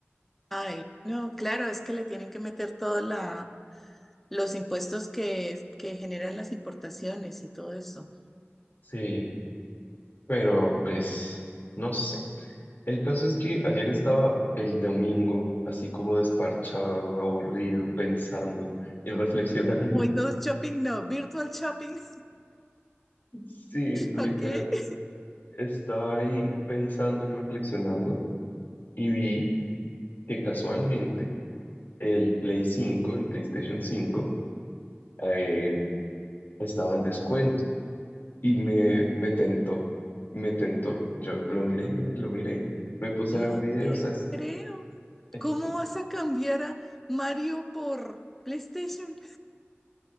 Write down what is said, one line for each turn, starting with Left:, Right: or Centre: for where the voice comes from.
Centre: Ay, no, claro, es que le tienen que meter todos la, los impuestos que, que generan las importaciones y todo eso.
Left: Sí, pero pues, no sé. El caso es que ayer estaba el domingo, así como desparchado, aburrido, pensando y reflexionando.
Centre: Windows
Left: <laughs>
Centre: Shopping, no, Virtual Shopping,
Left: Sí, literal.
Centre: <laughs> ok.
Left: Estaba ahí pensando y reflexionando y vi que casualmente el Play cinco el PlayStation cinco eh, estaba en descuento y me, me tentó, me tentó. Yo lo miré, lo miré, me puse
Centre: No
Left: a ver videos,
Centre: te
Left: as-
Centre: creo.
Left: es-
Centre: ¿Cómo
Left: es-
Centre: vas a cambiar a Mario por PlayStation?